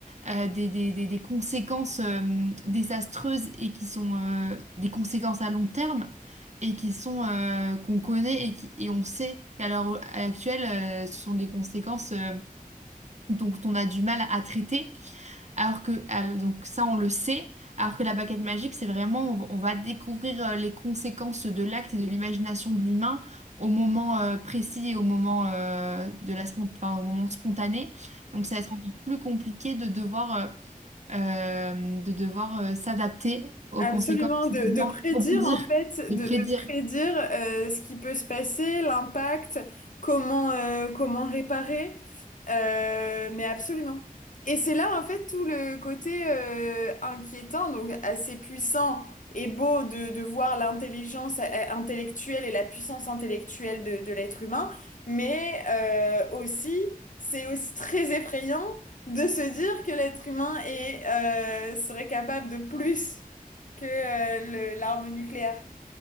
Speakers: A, on the right (about 50°); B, on the left (about 60°).
A: euh, des, des- des- des conséquences euh, désastreuses et qui sont euh, des conséquences à long terme et qui sont euh, qu'on connaît et, qui, et on sait qu'à l'heure actuelle, euh, ce sont des conséquences euh, dont on a du mal à traiter. Alors que, al- donc ça, on le sait, alors que la baguette magique, c'est vraiment, on, va on va découvrir euh, les conséquences de l'acte et de l'imagination de l'humain au moment euh, précis et au moment, euh, de la spon- enfin, au moment spontané. Donc ça va être encore plus compliqué de devoir, euh, euh, de devoir euh, s'adapter aux
B: Absolument,
A: conséquences,
B: de,
A: de devoir
B: de prédire
A: rebondir,
B: en fait,
A: de
B: de,
A: prédire.
B: de prédire euh, ce qui peut se passer, l'impact, comment, euh, comment réparer, euh, mais absolument. Et c'est là en fait tout le côté euh, inquiétant, donc assez puissant et beau de, de voir l'intelligence euh, intellectuelle et la puissance intellectuelle de, de l'être humain, mais euh, aussi, c'est aussi très effrayant de se dire que l'être humain est, euh, serait capable de plus que euh, le- l'arme nucléaire.